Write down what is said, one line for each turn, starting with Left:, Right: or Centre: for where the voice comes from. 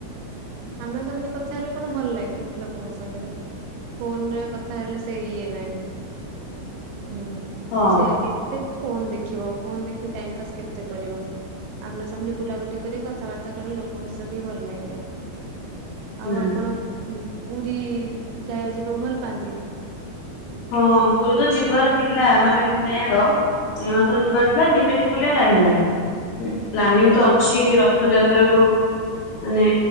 Right: ଆମନା ସାମନେ କଥା ହେଲେ କଣ ଭଲ ଲାଗେ ଲୋକଙ୍କ ସାଙ୍ଗରେ? ଫୋନ ରେ କଥା ହେଲେ ସେଇ ଇଏ ନାହିଁ। ହୁଁ
Left: ହଁ
Right: ସେୟା କେତେ ଫୋନ ଦେଖିବ ଫୋନ ଦେଖି ଟାଇମ ପାସ୍ କେତେ କରିବ ଆମନା ସାମନେ ବୁଲା ବୁଲି କରି କଥାବାର୍ତ୍ତା କରି ଲୋକଙ୍କ ସହିତ ଟିକେ ଭଲ ଲାଗିବ।
Left: ହୁଁ।
Right: ଆଉ ଆପଣ ହୁଁ। ପୁରୀ ବୁ ଜାଗାକୁ ଯିବାକୁ ଭଲ ପାଆନ୍ତି।
Left: ହଁ ପୁରୀ ତ ଯିବାର ଥିଲା ମାନେ ମେର ମେ
Right: ହୁଁ।
Left: ମାସରେ ଯିବାର ଥିଲା ଯିବି ଯିବ୍ ବୁଲିଆକୁ‌ ଯାଇ ହେଲାନି। ପ୍ଲାନିଂ
Right: ଓହୋ।
Left: ତ ଅଛି କି ରଥଯାତ୍ ତ୍ରାକୁୁ ମାନେ